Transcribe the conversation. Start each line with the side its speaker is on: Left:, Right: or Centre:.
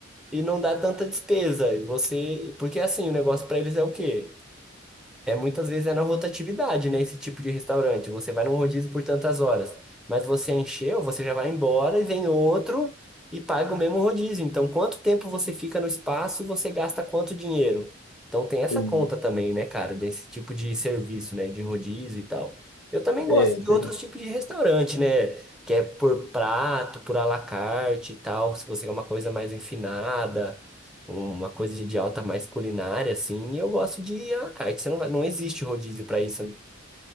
Centre: e não dá tanta despesa. E Você, porque assim, o negócio para eles é o quê? É muitas vezes é na rotatividade, né? Esse tipo de restaurante. Você vai num rodízio por tantas horas, mas você encheu, você já vai embora e vem outro e paga o mesmo rodízio. Então, quanto tempo você fica no espaço e você gasta quanto dinheiro? Então, tem essa
Left: E,
Centre: conta também, né, cara, desse tipo de serviço, né, de rodízio e tal. Eu também
Left: é,
Centre: gosto
Left: é
Centre: de
Left: verdade.
Centre: outros tipos de restaurante, né, que é por prato, por à la carte e tal, se você quer uma coisa mais enfinada uma coisa de de alta mais culinária, assim, e eu gosto de à la carte. Você não vai, não existe rodízio para isso. né?